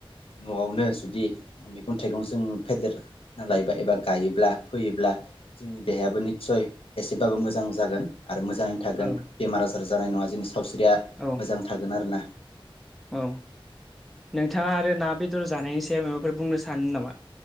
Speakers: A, on the left; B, in the centre.
A: नआवनो जुदि मैगं थाइगं जों फेदेरना लायो लायोब्ला बा गायोबा फोयोब्ला जोंनि देहायाबो निदसय एसेबाबो मोजां जागोन आरो मोजाङैनो थागोन
B: औ
A: बेमार आजार जानाय नङा जोंनि सावस्रिया
B: औ
A: मोजां थागोन आरो ना
B: औ नोंथाङा आरो ना बेदर जानायनि सायाव माबाफोर बुंनो सानो नामा